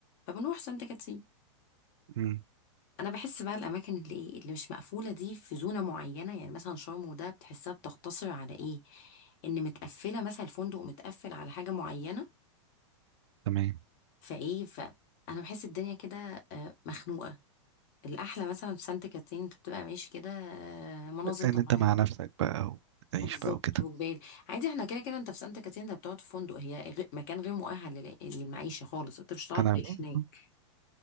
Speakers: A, on the left (about 35°); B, on the right (about 60°).
A: فبنروح سانت كاترين
B: مم.
A: انا بحس بقى الاماكن اللي ايه اللي مش مقفوله دي في زونه معينه يعني مثلا شرم وده بتحسها بتقتصر على ايه ان متقفله مثلا الفندق متقفل على حاجه معينه
B: تمام
A: فايه فانا بحس الدنيا كده آه، مخنوقه الاحلى مثلا في سانت كاترين انت بتبقى ماشي كده آه، مناظر
B: ان
A: طبيعيه
B: انت مع نفسك بقى وتعيش
A: بالظبط
B: بقى وكده
A: وجبال عادي احنا كده كده انت في سانت كاترين انت بتقعد في فندق هي غ- مكان غير مؤهل لل- للمعيشه خالص انت مش هتعرف
B: انا
A: تعيش
B: فاهم
A: هناك